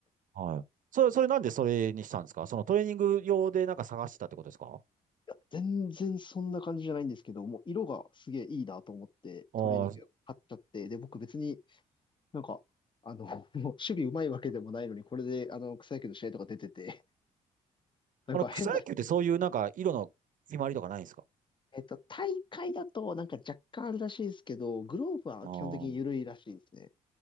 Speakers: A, on the right; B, on the left.
A: はい。それ、それなんでそれにしたんですかそのトレーニング用でなんか探してたってことですか
B: や、全然そんな感じじゃないんですけど、もう色がすげえいいなと思って、
A: ああー、
B: トレーニング買っちゃって、で、僕別になんか、あの、<laughs> もう守備うまいわけでもないのに、これで、あの、草野球の試合とか出てて、なんか変な、
A: あの、草野球ってそういうなんか色の決まりとかないんですか
B: えっと、大会だとなんか若干あるらしいですけど、グローブは基本的に緩いらしいですね。
A: あー